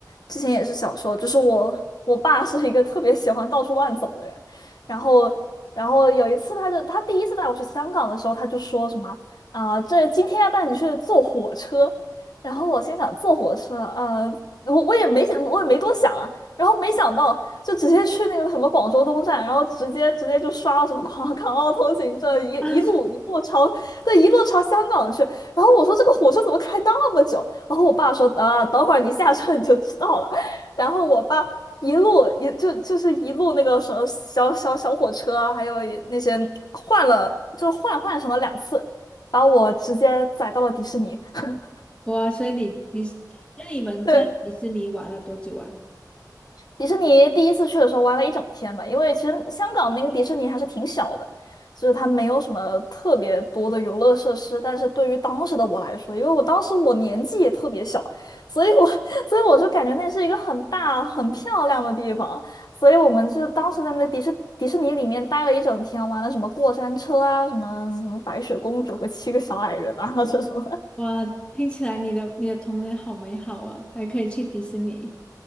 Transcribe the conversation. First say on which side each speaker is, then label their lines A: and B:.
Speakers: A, on the left; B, on the left.
A: 之前也是小时候，就是我我爸是一个特别喜欢到处乱走的人，然后然后有一次他就他第一次带我去香港的时候，他就说什么啊、这今天要带你去坐火车，然后我心想坐火车，呃，我我也没想我也没多想啊，然后没想到就直接去那个什么广州东站，然后直接直接就刷了什么 <laughs> 广港澳通行证，一一路一路朝对一路朝香港去。
B: 啊？
A: 然后我说这个火车怎么开那么久？然后我爸说啊，等会儿你下车你就知道了。然后我爸一路一就就是一路那个什么小小小火车啊，还有也那些换了，就是换换乘了两次，把我直接载到了迪士尼。<laughs>
B: 哇，所以你你那你们在迪士尼玩了多久啊？
A: 对，迪士尼第一次去的时候玩了一整天吧，因为其实香港那个迪士尼还是挺小的，就是它没有什么特别多的游乐设施。但是对于当时的我来说，因为我当时我年纪也特别小，所以我 <laughs> 所以我就感觉那是一个很大很漂亮的地方，所以我们就当时在那个迪士迪士尼里面待了一整天，玩了什么过山车啊，什么什么白雪公主和七个小矮人啊这种。
B: 哇，听起来你的你的童年好美好啊，还可以去迪士尼，